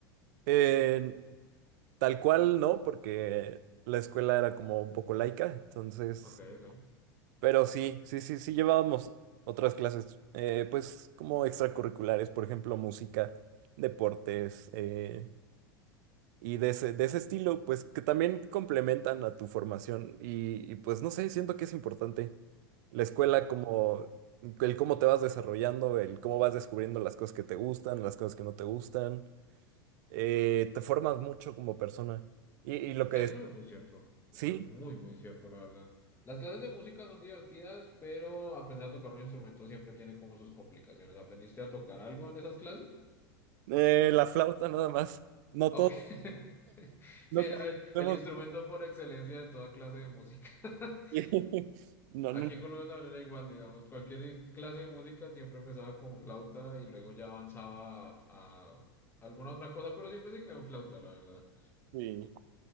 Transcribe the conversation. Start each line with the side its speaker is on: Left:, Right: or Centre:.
Right: Eh, tal cual no, porque la escuela era como un poco laica, entonces
Left: Ok, ok.
Right: Pero sí, sí, sí, sí llevábamos otras clases, eh, pues como extracurriculares, por ejemplo, música, deportes, eh, y de ese, de ese estilo, pues que también complementan a tu formación y, y, pues no sé, siento que es importante la escuela como el cómo te vas desarrollando, el cómo vas descubriendo las cosas que te gustan, las cosas que no te gustan, eh, te formas mucho como persona. Y, y lo que
Left: Eso
Right: es,
Left: es muy cierto,
Right: sí,
Left: eso es muy, muy cierto, la verdad. Las clases de música son divertidas, pero aprender a tocar un instrumento siempre tiene como sus complicaciones. ¿Aprendiste a tocar algo en esas clases?
Right: eh, la flauta nada más, no
Left: Ok.
Right: todos,
Left: <laughs>
Right: no
Left: Sí, es el
Right: todos.
Left: el instrumento por excelencia de toda clase de música. <laughs>
Right: <laughs> No,
Left: Aquí
Right: no,
Left: en Colombia también era igual, digamos, cualquier clase de música siempre empezaba con flauta y luego ya avanzaba a, a alguna otra cosa, pero siempre se quedó en flauta, la verdad.
Right: sí,